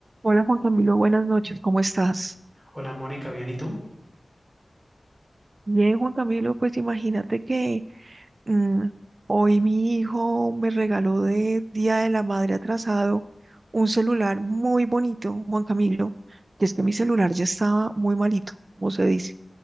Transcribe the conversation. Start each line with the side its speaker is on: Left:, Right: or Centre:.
Right: Hola Juan Camilo, buenas noches, ¿cómo estás?
Centre: Hola Mónica, bien, ¿y tú?
Right: Bien, Juan Camilo, pues imagínate que mm, hoy mi hijo me regaló de Día de la Madre atrasado un celular muy bonito, Juan Camilo, que es que mi celular ya estaba muy malito, como se dice.